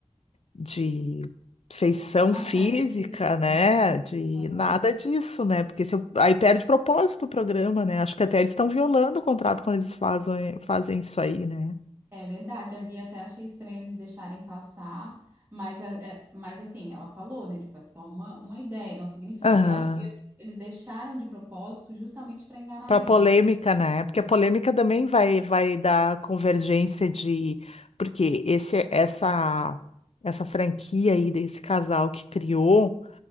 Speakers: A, on the left (about 65°); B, on the right (about 20°).
A: de feição
B: aspecto
A: física,
B: físico.
A: né?
B: É.
A: De
B: Aham.
A: nada disso, né? Porque se eu- aí perde propósito o programa, né? Acho que até eles estão violando o contrato quando eles fazem, fazem isso aí, né?
B: É verdade, ali até achei estranho eles deixarem passar, mas, é, é, mas assim, ela falou, né? Tipo, é só uma, uma ideia, não significa.
A: Aham.
B: E eu acho que eles, eles deixaram de propósito justamente para enganar
A: Para
B: ele.
A: polêmica, né? Porque a polêmica também vai, vai dar convergência de. Porque esse, essa, essa franquia aí desse casal que criou.